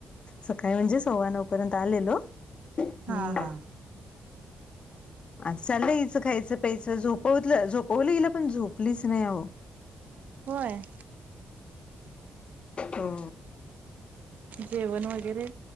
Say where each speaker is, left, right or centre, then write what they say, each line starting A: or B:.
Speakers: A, on the left; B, on the right.
A: सकाळी म्हणजे सव्वा नऊ पर्यंत आलेलो. आणि
B: हा. हा.
A: अ चालं याचं खायचं. प्यायचं. झोपवतलं-झोपवलं हीला पण झोपलीच नाही हो.
B: होय.
A: हो.
B: जेवण वगैरे.